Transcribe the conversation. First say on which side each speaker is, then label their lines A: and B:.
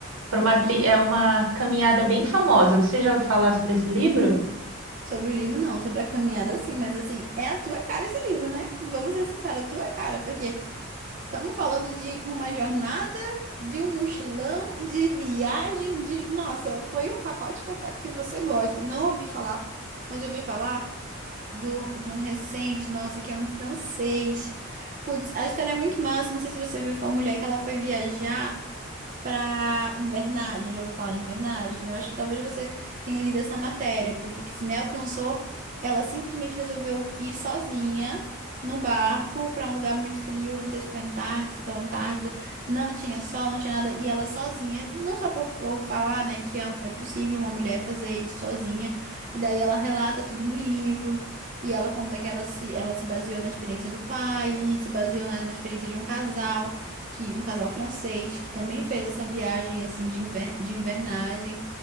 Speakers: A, on the right (about 80°); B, on the right (about 40°).
A: Por uma trilha, é uma caminhada bem famosa. Você já ouviu falar sobre esse livro?
B: Sobre o livro, não. Sobre a caminhada, sim. Mas, assim, é a tua cara esse livro, né? Vamos ser sinceros, a tua cara. Porque estamos falando de uma jornada, de um mochilão, de viagem, de... Nossa, foi o pacote completo que você gosta. Não ouvi falar, mas ouvi falar do, de um recente, nossa, que é um francês. Putz, a história é muito massa. Não sei se você viu, foi uma mulher que ela foi viajar. para invernagem. Já ouviu falar em invernagem? Eu acho que talvez você tenha lido essa matéria, porque que se me alcançou, ela simplesmente resolveu ir sozinha num barco para um lugar muito frio, não sei se foi Antártica ou Antártida, não tinha sol, não tinha nada, e ela sozinha, não só por, por falar, né, que é, é possível uma mulher fazer isso sozinha, e daí ela relata tudo no livro. E ela conta que ela se, ela se baseou na experiência do pai, e se baseou na, na experiência de um casal que um casal francês que também fez essa viagem assim de, inver- de invernagem,